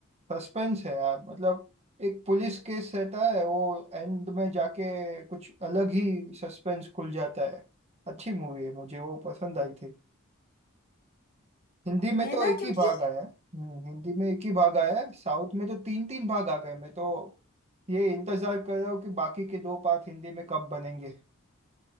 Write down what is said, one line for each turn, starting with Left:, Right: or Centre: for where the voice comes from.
Right: सस्पेंस है यार मतलब एक पुलिस केस रहता है वो एंड में जाके कुछ अलग ही सस्पेंस खुल जाता है अच्छी मूवी है मुझे वो पसंद आई थी हिंदी में
Left: मैं
Right: तो
Left: ना
Right: एक
Left: क्योंकि
Right: ही भाग आया है हम्म, हिंदी में एक ही भाग आया है साउथ में तो तीन तीन भाग आ गए मैं तो ये इंतजार कर रहा हूँ कि बाकी के दो पार्ट हिंदी में कब बनेंगे